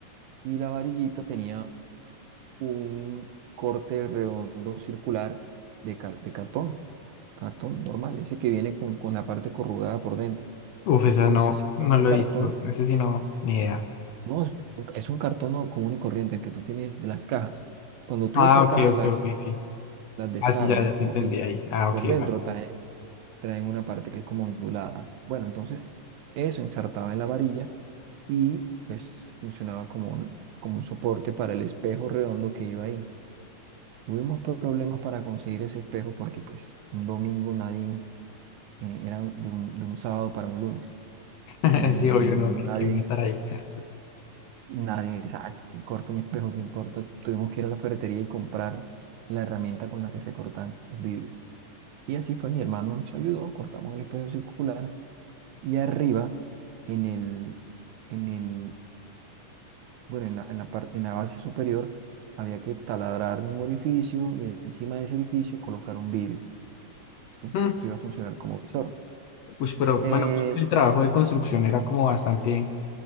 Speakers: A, on the right (about 75°); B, on the left (about 70°).
A: y la varillita tenía un corte redondo circular de, car- de cartón. cartón normal, ese que viene con, con la parte corrugada por dentro.
B: Uf, esa
A: Entonces,
B: no, no
A: ese
B: lo
A: cartón
B: he visto. Ese sí no, ni idea.
A: no es, un es un cartón no- común y corriente, el que tú tienes de las cajas. Cuando tú
B: Ah,
A: esas
B: ok,
A: cajas
B: ok,
A: las,
B: ok, ok.
A: las desarmas,
B: Ah, sí, ya, ya
A: como
B: te entendí
A: que
B: ahí. Ah,
A: por
B: ok,
A: dentro
B: vale.
A: traen, traen una parte que es como ondulada. Bueno, entonces eso ensartaba en la varilla y pues funcionaba como un, como un soporte para el espejo redondo que iba ahí. Tuvimos problemas para conseguir ese espejo porque pues un domingo nadie eh, era de un de un sábado para un lunes.
B: <laughs>
A: Y
B: Sí, obvio,
A: el domingo
B: no, que
A: nadie,
B: quién va a estar ahí. <laughs>
A: nadie, exacto, ¿quién corta un espejo? ¿Quién corta? Tuvimos que ir a la ferretería y comprar la herramienta con la que se cortan los vidrios. Y así fue, mi hermano nos ayudó, cortamos el espejo circular y arriba, en el, en el, bueno, en la, en la par- en la base superior, había que taladrar un orificio y encima de ese orificio colocar un vidrio, ¿sí?
B: Mm.
A: Que iba a funcionar como visor.
B: Ush, pero
A: Eh,
B: bueno, creo que el trabajo de construcción era como bastante